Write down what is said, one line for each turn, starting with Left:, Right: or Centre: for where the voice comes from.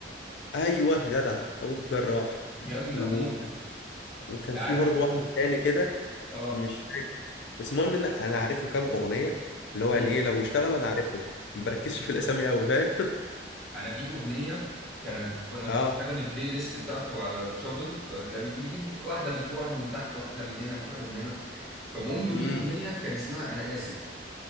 Left: ايوه جدع طبيب جراح
Centre: جامدة
Left: و...
Centre: موت
Left: وكان
Centre: أنت
Left: في
Centre: عارف
Left: برضه واحد تاني كده
Centre: أه
Left: مش فاكر بس المهم ان انا عارف له كام اغنيه اللي هو
Centre: امم
Left: يعني ايه لو اشتغلوا انا عارفهم ما بركزش في الاسامي قوي فاهم
Centre: أنا في أغنية كانت كنا
Left: اه
Centre: كنت بشغل البلاي ليست بتاعته على الشوفل فكان بيجيب واحدة من فوق واحدة من تحت واحدة من هنا واحدة من هنا فالمهم دي
Left: امم
Centre: أغنية كان اسمها أنا آسف